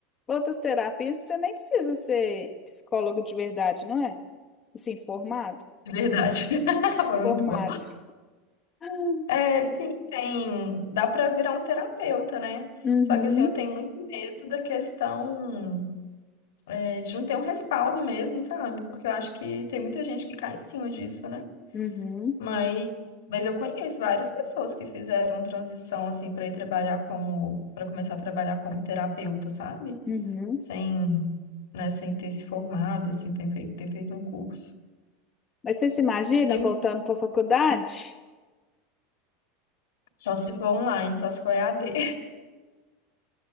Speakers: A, on the left; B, on the left.
A: outras terapias que você nem precisa ser psicólogo de verdade, não é? Assim, formado?
B: de verdade. <laughs> Foi muito
A: Formado.
B: bom.
A: <laughs>
B: É, sim, tem. Dá pra virar um terapeuta, né?
A: Uhum,
B: Só que assim, eu tenho muito medo da questão é, de não ter um respaldo mesmo, sabe? Porque eu acho que tem muita gente que cai em cima disso, né?
A: uhum,
B: Mas, mas eu conheço várias pessoas que fizeram transição assim para ir trabalhar como para começar a trabalhar como terapeuta, sabe?
A: uhum.
B: Sem, né, sem ter se formado, assim, ter feito, ter feito um curso.
A: Mas você se imagina
B: Tem
A: voltando
B: um-
A: para a faculdade?
B: só se for online, só se for EAD.